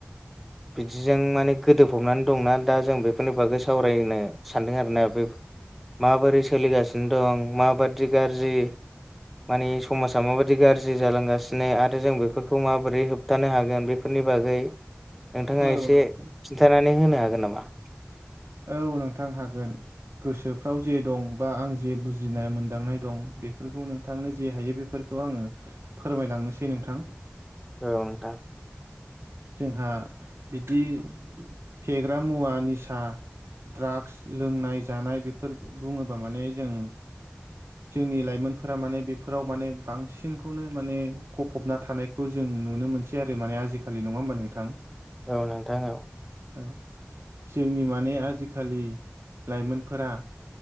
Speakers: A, in the centre; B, on the right (about 75°).
A: बिदिजों माने गोदोफबनानै दंना दा जों बेफोरनि बागै सावरायनो सानदों आरोना बेफ माबोरै सोलिगासिनो दं माबादि गारजि मानि समाजा माबाददि गाज्रि जालांगासिनो आरो जों बेफोरखौ माबोरै होब होबथानो हागोन बेफोरनि बागै नोंथाङा
B: औ
A: एसे
B: नोंथां
A: खिन्थानानै होनो हागोन नामा?
B: औ नोंथां हागोन गोसोफ्राव जे दं बा आं जे बुजिनाय मोनदांनाय दं बेफोरखौ नोंथांनो जे हायो बेफोरखौ आङो फोरमायलांनोसै नोंथां।
A: औ नोंथां।
B: जोंहा बिदि फेग्रा मुवा निसा ड्राग्स लोंनाय जानाय बेफोर बुङोबा माने जों जोंनि लाइमोनफोरा माने बेफोराव माने बांसिनखौनो माने गफबना थानाय खौ जों नुनो मोनसै आरो माने आजिखालि नङा होमबा नोंथां?
A: औ नोंथां औ।
B: औ जोंनि माने आजिखालि लाइमोनफोरा